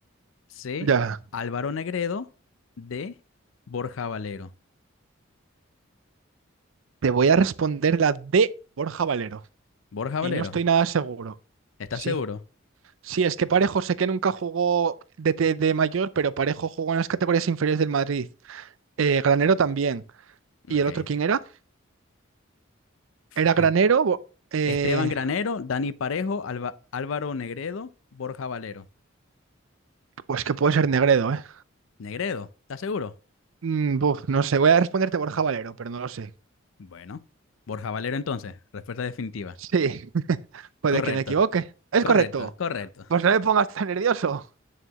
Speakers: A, on the left; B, on the right.
A: C.
B: ya.
A: Álvaro Negredo, D. Borja Valero.
B: Te voy a responder la D, Borja Valero.
A: Borja Valero,
B: Y no estoy nada seguro.
A: ¿estás
B: Sí.
A: seguro?
B: Sí, es que Parejo sé que nunca jugó de, de- de mayor, pero Parejo jugó en las categorías inferiores del Madrid. Eh, Granero también. ¿Y
A: Ok.
B: el otro quién era? ¿Era
A: Es-
B: Granero? Bo- eh,
A: Esteban Granero, Dani Parejo, Alba- Álvaro Negredo, Borja Valero.
B: pues que puede ser Negredo, ¿eh?
A: Negredo, ¿estás seguro?
B: Mm, buf, no sé, voy a responderte Borja Valero, pero no lo sé.
A: Bueno, Borja Valero entonces, respuesta definitiva.
B: Sí, <laughs> puede
A: Correcto,
B: que me equivoque. Es
A: correcto,
B: correcto.
A: correcto.
B: Pues no me pongas tan nervioso.